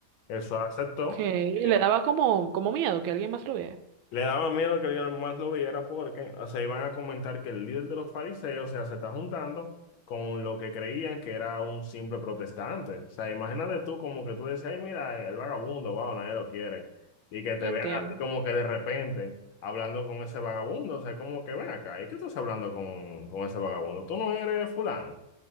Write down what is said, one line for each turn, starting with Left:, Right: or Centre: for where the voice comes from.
Left: Jesús aceptó.
Right: Ok, le
Left: eh,
Right: daba como, como miedo que alguien más lo viera.
Left: le daba miedo que alguien más lo viera porque, o sea, iban a comentar que el líder de los fariseos, o sea, se está juntando con lo que creían que era un simple protestante. O sea, imagínate tú como que tú decías, ay, mira, el vagabundo, wow, nadie lo quiere. Y que te
Right: Entiendo.
Left: vean así como que de repente hablando con ese vagabundo, o sea, como que ven acá, ¿y qué tú estás hablando con, con ese vagabundo? Tú no eres fulano.